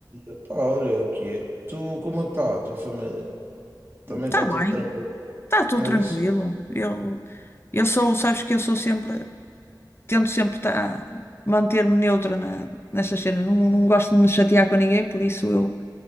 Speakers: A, on the right; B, on the left.
A: eh, pá, olha o que é. Tu, como é que está a tua família? Também
B: Está
A: está tudo
B: bem,
A: tranquilo,
B: está tudo
A: não
B: tranquilo.
A: é isso?
B: Eu, eu sou, sabes que eu sou sempre. tento sempre tá, manter-me neutra na, nestas cenas. Não, não gosto de me chatear com ninguém, por isso eu